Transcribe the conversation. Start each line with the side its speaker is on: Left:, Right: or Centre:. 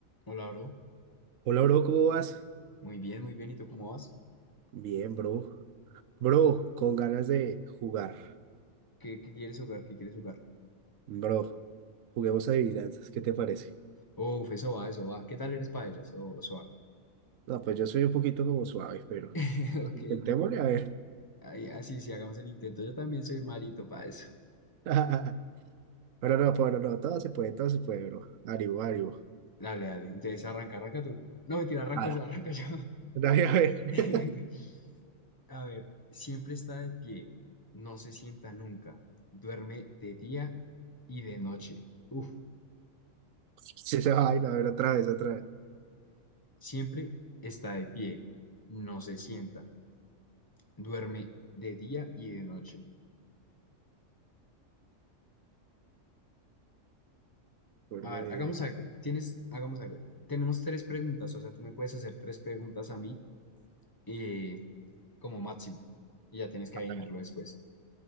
Left: Hola, bro.
Right: Hola, bro, ¿cómo vas?
Left: Muy bien, muy bien. ¿Y tú cómo vas?
Right: Bien, bro. Bro, con ganas de jugar.
Left: ¿Qué, qué quieres jugar? ¿Qué quieres jugar?
Right: Bro, juguemos adivinanzas, ¿qué te parece?
Left: Uf, eso va, eso va. ¿Qué tal eres para ellas? Oh, suave.
Right: No, pues yo soy un poquito como suave, pero
Left: <laughs>
Right: pues
Left: Ok.
Right: intentémosle a ver.
Left: Ahí, así, sí, hagamos el intento. Yo también soy malito para eso.
Right: <laughs> Pero no, pero no, todo se puede, todo se puede, bro. Ánimo, ánimo.
Left: Dale, dale. Entonces, arranca, arranca tú. No, mentira, arranco
Right: Ah,
Left: yo, arranco yo.
Right: <laughs> no, a ver.
Left: <laughs>
Right: <laughs>
Left: A ver, siempre está de pie. No se sienta nunca. Duerme de día y de noche. Uf,
Right: Sí, Esa vaina, a ver, otra vez, otra vez.
Left: siempre está de pie. No se sienta. Duerme de día y de noche.
Right: Por
Left: A
Right: medio.
Left: ver, hagamos algo. Tienes, hagamos algo. Tenemos tres preguntas, o sea, tú me puedes hacer tres preguntas a mí eh, como máximo. Y ya tienes que
Right: A
Left: adivinarlo
Right: ver,
Left: después.